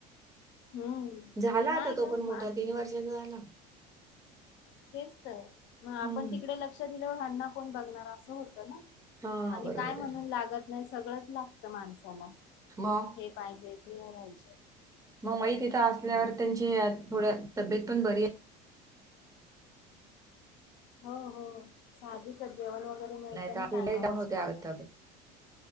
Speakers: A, on the left; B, on the right.
A: हम्म
B: झाला
A: नाही
B: आता तो
A: ग
B: पण
A: मान-
B: मोठा तीन वर्षाचा झाला.
A: तेच तर म आपण
B: हम्म.
A: तिकडे लक्ष दिल्यावर ह्यांना कोण बघणार असं होतं ना.
B: हां,
A: आणि
B: बरोबर
A: काय म्हणून
B: आहे.
A: लागत नाही सगळंच लागतं माणसाला
B: मग
A: हे पाहिजे ते राहिजे.
B: मग मई तिथं असल्यावर त्यांची थोड्या तब्येत पण बरी
A: हो हो साजी तर जेवण वगैरे मिळतं
B: नाहीतर
A: ना
B: आपली
A: टायमला
B: लई डाऊन
A: असं
B: होते
A: होतं.
B: अगं तब्येत.